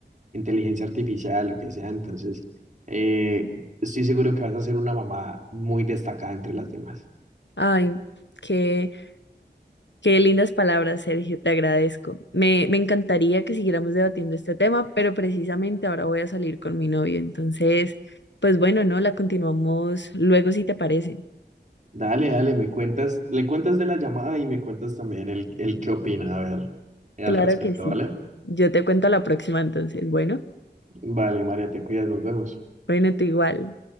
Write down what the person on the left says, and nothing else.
Ay, qué, qué lindas palabras, Sergio, te agradezco. Me, me encantaría que siguiéramos debatiendo este tema, pero precisamente ahora voy a salir con mi novio, entonces... Pues bueno, no, la continuamos luego si te parece.
Claro
que sí.
Yo te cuento la próxima entonces. Bueno,
bueno, tú igual.